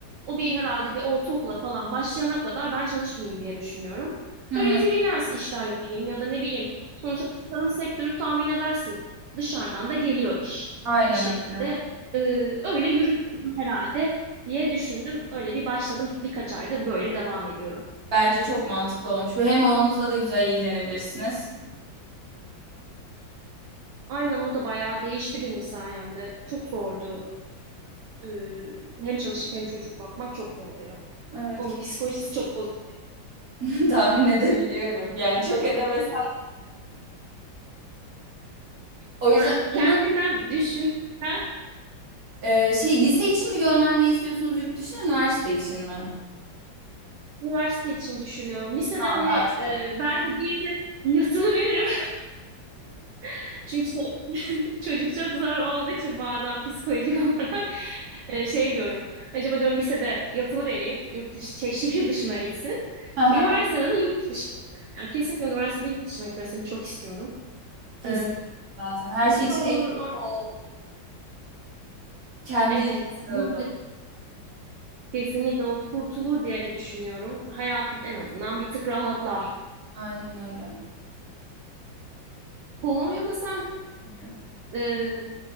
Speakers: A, on the right (about 70°); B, on the right (about 55°).
A: o bir herhalde bir ortaokula falan başlayana kadar ben çalışmayayım diye düşünüyorum.
B: Hı
A: Böyle
B: hı.
A: freelance işler yapayım ya da ne bileyim. Sonuçta tasarım sektörü tahmin edersin. Dışarıdan da geliyor iş
B: Aynen
A: bir şekilde.
B: öyle.
A: Ee, öyle yürütürüm herhalde diye düşündüm. Öyle bir başladım birkaç aydır böyle devam ediyorum.
B: Bence çok mantıklı olmuş. Ve hem oğlunuzla da güzel ilgilenebilirsiniz.
A: Aynen o da bayağı değişti benim sayemde. Çok zordu. e, hem çalışıp hem çocuk bakmak çok zor oluyor.
B: Evet
A: Onun
B: ki
A: psikolojisi çok bozuk.
B: <laughs> tahmin edebiliyorum. Yani çok edemezsem. O
A: Yani
B: yüzden
A: kendinden
B: bunu
A: düşün. Ben
B: e, şey lise için mi göndermeyi istiyorsunuz yurt dışına, üniversite için mi?
A: üniversite için düşünüyorum. Lisede
B: Ha,
A: hani
B: daha çok.
A: e, belki bir yere yatılı veririm. <laughs> Çünkü şey, çocuk çok zor olduğu için bazen psikolojik <laughs> olarak e, şey diyorum. Acaba diyorum lisede yatılı vereyim. Yurt dışı, şey, şehir dışına gitsin.
B: Hı hı.
A: Üniversitede de yurt dışına. Yani kesinlikle üniversitede yurt dışına gitmesini çok istiyorum.
B: Kesin
A: E,
B: zaten. Her şey için
A: ne olur?
B: emin
A: o-
B: ol. Kendi
A: Evet.
B: için de
A: Yurt
B: öyle. ol.
A: dışı. Kesinlikle o kurtulur diye düşünüyorum. Hayatı en azından bir tık rahatlar.
B: Aynen öyle.
A: Polonya'da sen
B: Benim.
A: e,